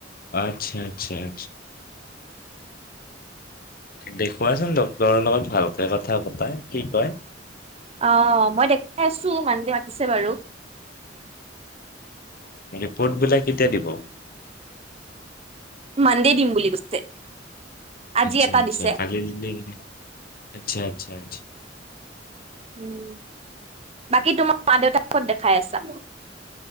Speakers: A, on the left; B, on the right.
A: আচ্ছা আচ্ছা আচ্ছা দেখুৱাচোন ডক্টৰৰ লগত ভালকে কথা পতা কি কয়
B: অ মই দেখাই আছো মানডে মাতিছে বাৰু
A: ৰিপৰ্ট বিলাক কেতিয়া দিব
B: মানডে দিম বুলি কৈছে আজি
A: আচ্ছা
B: এটা
A: আচ্ছা
B: দিছে
A: খালি আচ্ছা আচ্ছা আচ্
B: উম বাকী তোমাৰ মা দেউতাক কত দেখাই আছা।